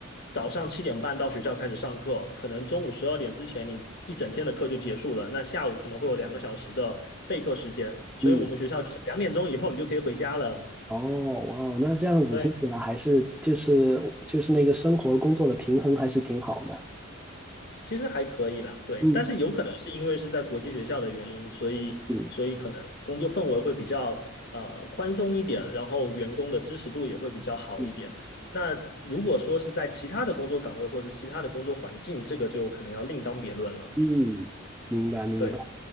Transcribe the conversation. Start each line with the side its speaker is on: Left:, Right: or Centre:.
Left: 早上七点半到学校开始上课，可能中午十二点之前你一整天的课就结束了，那下午可能会有两个小时的备课时间，所以我们学校就是两点钟以后你就可以回家了。
Centre: 嗯，哦，哇哦，那这样子听起来还是就是就是那个生活工作的平衡还是挺好的。
Left: 对，其实还可以啦，对，
Centre: 嗯
Left: 但是有可能是因为是在国际学校的原因，所以所以可能工作氛围会比较呃宽松一点，
Centre: 嗯
Left: 然后员工的支持度也会比较好一点。
Centre: 嗯，
Left: 那如果说是在其他的工作岗位或是其他的工作环境，这个就可能要另当别论了。
Centre: 嗯明白明白。
Left: 对。